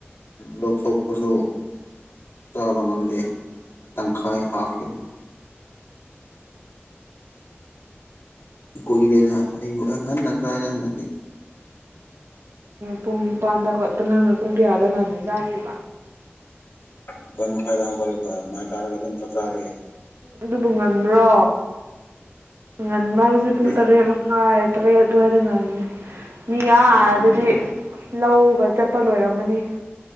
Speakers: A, on the left; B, on the right.
A: ꯂꯧꯊꯣꯛꯄꯁꯨ ꯆꯥꯕ ꯉꯝꯗꯦ ꯇꯪꯈꯥꯏ ꯍꯥꯞꯈꯤꯕꯅꯤ ꯀꯨꯏꯔꯦꯗ ꯑꯌꯨꯛ ꯉꯟꯅ ꯑꯗꯨ꯭ꯋꯥꯏꯗ ꯍꯟꯗꯛꯇꯤ
B: ꯄꯨꯡ ꯅꯤꯄꯥꯟꯗ ꯍꯣꯠꯄ ꯅꯪꯅ ꯄꯨꯡ ꯀꯌꯥꯥꯗ ꯉꯟꯅ ꯆꯥꯔꯤꯕ
A: ꯅꯤꯄꯟ ꯃꯈꯥꯏꯗ ꯍꯧꯒꯠꯂꯦꯀꯣ ꯃꯥꯏ ꯇꯥꯔꯒ ꯑꯗꯨꯝ ꯆꯥꯛ ꯆꯔꯛꯑꯦ
B: ꯑꯗꯨꯕꯨ ꯉꯟꯕ꯭ꯔꯣ ꯉꯟꯕ ꯍꯥꯏꯁꯦ
A: ꯑꯦ
B: ꯄꯨꯡ ꯇꯔꯦꯠ ꯃꯈꯥꯏ ꯇꯔꯦꯠ ꯑꯗꯨꯋꯥꯏꯗ ꯉꯟꯅꯤ ꯃꯤ ꯑꯗꯨꯗꯤ ꯂꯧꯒ ꯆꯠꯄ ꯂꯣꯏꯔꯝꯃꯅꯤ